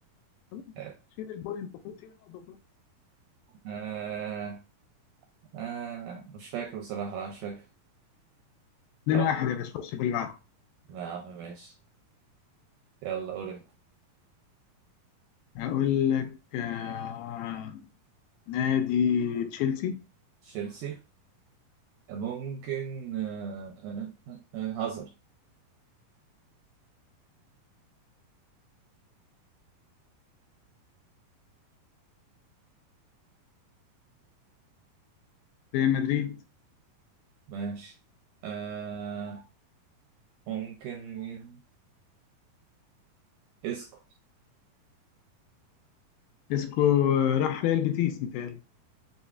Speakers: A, on the left; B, on the right.
A: خلاص
B: آه
A: شيل البوينت خد شيل النقطه وخلاص
B: آه آه، مش فاكر بصراحة لا مش فاكر
A: 2-1
B: خلاص
A: يا باشا خش في اللي بعده
B: يا عم ماشي يلا قول انت
A: هقول لك آه... نادي تشيلسي
B: تشيلسي ممكن آه آه آه آه، هازارد
A: ريال مدريد
B: ماشي آه ممكن مين اسكو
A: اسكو راح ريال بيتيس متهيألي